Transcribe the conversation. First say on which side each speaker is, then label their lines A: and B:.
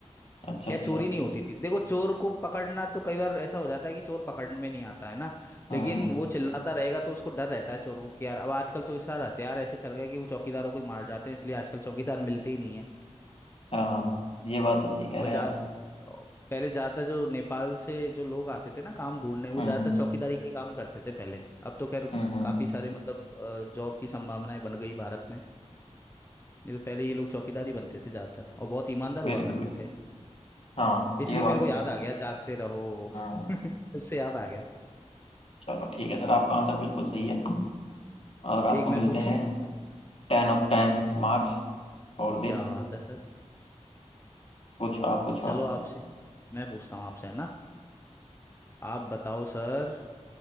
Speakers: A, on the left; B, on the left.
A: अच्छा
B: क्या
A: अच्छा
B: चोरी नहीं होती थी देखो चोर को पकड़ना तो कई बार ऐसा हो जाता है कि चोर पकड़ में नहीं आता है ना
A: हम्म
B: लेकिन वो चिल्लाता रहेगा तो उसको डर रहता है चोर को कि यार अब आजकल तो सार हथियार ऐसे चल गए कि वो चौकीदारों को ही मार जाते हैं इसलिए आजकल चौकीदार मिलते ही नहीं है
A: हाँ ये बात तो सही कह
B: और
A: रहे
B: जा
A: हैं आप
B: पहले ज्यादातर जो नेपाल से जो लोग आते थे ना काम ढूंढने वो
A: हम्म
B: ज्यादातर चौकीदारी का ही काम करते थे पहले अब तो खैर
A: हम्म हम्म,
B: काफी सारे मतलब जॉब की संभावनाएं बन गई भारत में नहीं तो पहले ये लोग चौकीदार ही बनते थे ज्यादातर और बहुत ईमानदार हुआ
A: बिल्कुल
B: करते
A: बिल्कुल
B: थे
A: हाँ
B: इसलिए
A: ये बात
B: मेरे को याद
A: तो है
B: आ गया जागते रहो
A: हम्म
B: <laughs> उससे याद आ गया
A: चलो ठीक है सर आपका आंसर बिल्कुल सही है और
B: तो
A: आपको
B: एक
A: मिलते
B: मैं पूछूं
A: हैं टेन ऑफ टेन मार्क्स फॉर दिस
B: क्या बात है सर
A: पूछो आप पूछो
B: चलो
A: आप
B: आपसे मैं पूछता हूँ आपसे है ना आप बताओ सर